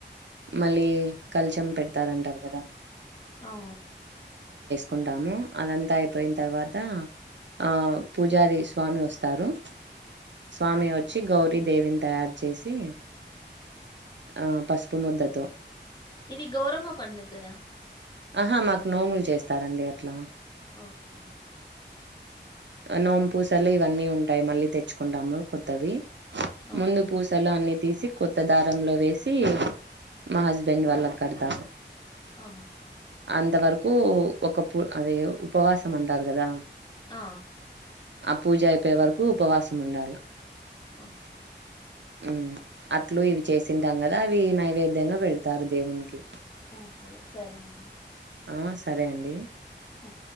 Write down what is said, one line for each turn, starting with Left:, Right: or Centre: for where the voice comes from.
Right: మళ్ళీ కల్చం పెడతారంటారు కదా
Left: అఓ
Right: కుంటాము అదంతా అయిపోయిన తర్వాత ఆ పూజారి స్వామి వస్తారు స్వామి వచ్చి గౌరీ దేవిని తయారు చేసి ఆ పసుపు ముద్దతో
Left: ఇది గౌరవమ్మ పండుగ కదా
Right: ఆహా మాకు నోములు చేస్తారండి అట్లా
Left: ఓకే
Right: నోంపూసలు ఇవన్నీ ఉంటాయి మళ్ళీ తెచ్చుకుంటాము కొత్తవి
Left: అవునా
Right: ముందు పూసలు అన్నిీ తీసి కొత్త దారంలో వేసి మా హస్బెండ్ వాళ్ల కడతారు
Left: ఆ ఓకే
Right: అంతవరకు ఒక పూ అదే ఉపవాసం ఉంటారు కదా
Left: ఆ
Right: ఆ పూజ అయిపోయే వరకు ఉపవాసం ఉండాల
Left: ఓకే
Right: ఉ అట్లు ఇవి చేసింది పెంటాం కదా అవి నైవేద్యంగా పెడతారు దేవునికి
Left: ఓకే సరే అండి
Right: ఆ సరే అండి
Left: ఆఓ